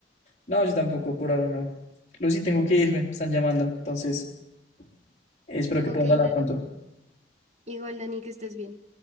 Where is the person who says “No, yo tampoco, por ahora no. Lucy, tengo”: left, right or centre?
Left